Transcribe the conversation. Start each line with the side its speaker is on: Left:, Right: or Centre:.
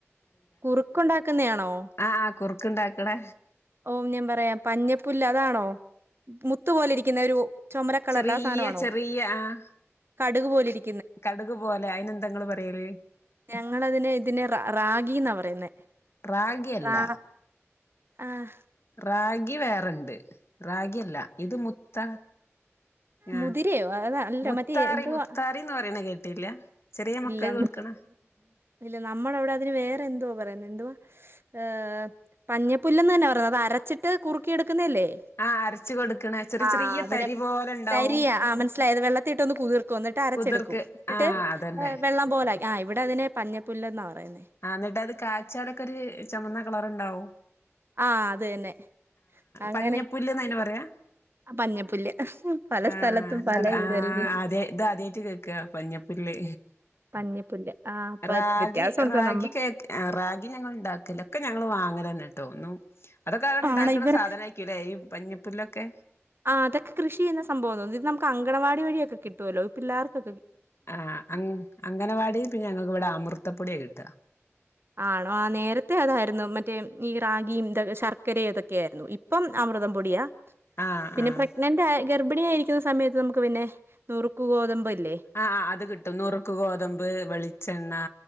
Right: കുറുക്കുണ്ടാക്കുന്നയാണോ
Left: ആ കുറുക്ക് ണ്ടാക്ക്ണ
Right: ഓം ഞാൻ പറയാം പഞ്ഞപ്പുല്ല് അതാണോ മു മുത്ത് പോലെ ഇരിക്കുന്നരു ചുമര കളറില
Left: ചെറിയ
Right: ആ സാനണോ
Left: ചെറിയ ആഹ്
Right: കടുക് പോലെ ഇരി
Left: കടുക് പോലെ അയിനന്താങ്ങള് പറയൽ
Right: ഞങ്ങളതിനെ ഇതിനെ റ റാഗിന്നാ പറയുന്നേ
Left: റാഗിയല്ല
Right: റാ ആഹ
Left: റാഗി വേറെണ്ട് റാഗി അല്ല ഇത് മുത്ത ആഹ
Right: മുതിരയോ അത അല്ല
Left: മുത്താറി
Right: മറ്റേ എന്തുവാ
Left: മുത്താറിന്ന് പറയണ കേട്ടില്ല ചെറിയ മക്കൾക്ക്‌
Right: ഇല്ല
Left: കൊടുക്ക്ണ
Right: ഇല്ല നമ്മള അവിടെ അതിന് വേറെ എന്തോ <unintelligible> എന്തോ ഹ് പഞ്ഞപ്പുല്ലന്ന് ന്നാ പറഞ്ഞത് അത് അരച്ചിട്ട് കുറുക്കി എടുക്കുന്നല്ലേ
Left: ആഹ് അരച്ച് കൊടുക്കണ ചെറിയ
Right: ആഹ
Left: ചെറിയ
Right: അതിനെ
Left: തരി പോലെ ഇണ്ടാവും
Right: തരിയ ആ മനസിലായത് വെള്ളത്തിട്ടൊന്ന് കുതിർ കും എന്നിട്ട് അരച്ചെടുക്കും
Left: കുതിർക്ക്
Right: എന്നിട്ട്
Left: ആഹ് അതന്നെ
Right: വെള്ളം പോലെ ആ ഇവിടെ അതിനെ പഞ്ഞപ്പുല്ലന്നാ പറയുന്നെ
Left: ആഹ എന്നിട്ട് അത് കാച്ചാലൊക്കെ ഒര് ചൊമന്ന കളർണ്ടാവു
Right: ആഹ അത് തന്നെ അങ്ങനെ
Left: പഞ്ഞപ്പുല്ല്ന്ന് അയിന് പറയാ
Right: പഞ്ഞപ്പുല്ല് <unintelligible>
Left: ആഹ
Right: സ്ഥലത്തും പല
Left: <unintelligible>
Right: ഇതല്ലേ
Left: ആദ്യ ഇത് ആദ്യായിട്ട് കേൾക്ക പഞ്ഞപ്പുല്ല്
Right: പഞ്ഞപുല്ല് ആ അപ്പൊ
Left: റാഗി
Right: വ്യത്യാസം ഉണ്ടോ
Left: റാഗി
Right: നമ്മ
Left: കേക്ക് റാഗി ഞങ്ങൾ ഉണ്ടാക്കല്ല ഒക്കെ ഞങ്ങൾ വാങ്ങലെന്നെട്ടൊ ഒന്നു അതൊക്കെ അ ഉണ്ടാക്കുന്ന
Right: ആണ് ഇവർക്ക്
Left: സാധന കിട ഈ പഞ്ഞിപ്പുല്ലൊക്കെ
Right: ആഹ അതൊക്കെ കൃഷി ചെയ്യുന്ന സംഭവന്ന് ഇത് നമുക്ക് അങ്കവാടി വഴിയൊക്കെ കിട്ടുല്ലോ ഇപ്പ പില്ലാർക്കെ
Left: ആഹ <unintelligible> അങ്ങനവാടി പിന്നെ ഞങ്ങൾക്ക് ഇവിടെ അമൃതപ്പൊടിയ കിട്ട
Right: ആണോ ആ നേരത്തെ അതായിരുന്നു മറ്റേ ഈ റാഗി ഇത ശർക്കരതൊക്കെയയിരുന്നു ഇപ്പം അമൃതം പൊടിയ.
Left: ആഹ്
Right: പിന്നെ
Left: ആഹ്
Right: പ്രഗ്നന്റായ ഗർഭിണിയാ യിരിക്കുന്ന സമയത്ത് നമുക്ക് പിന്നെ നൂറുക്കു ഗോതമ്പല്ലേ?
Left: ആഹ് അത് കിട്ടും നുറുക്ക് ഗോതമ്പ്, വെളിച്ചെണ്ണ,